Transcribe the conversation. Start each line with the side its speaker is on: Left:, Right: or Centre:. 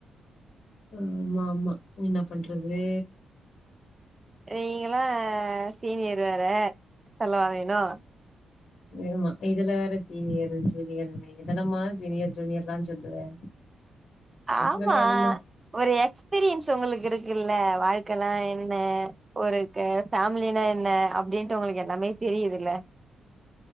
Left: ஆம்மாம்மா என்ன பண்றது
Right: நீங்களு சீனியர் வேற சொல்லவா வேணு
Left: ஏம்மா இதுல வேற சீனியரு ஜூனியர்ன்னு எதெல்லமா சீனியர் ஜூனியர்லாஞ் சொல்லுவ அதெல்லாம்
Right: ஆம்மா
Left: கெடையாதும்மா.
Right: ஒரு எக்ஸ்பீரியன்ஸ் உங்களுக்கு இருக்குல்ல வாழ்க்கன்னா என்ன ஒரு க ஃபேம்லினா என்ன அப்டின்ட்டு உங்ளுக்கு எல்லாமே தெரியுதுல்ல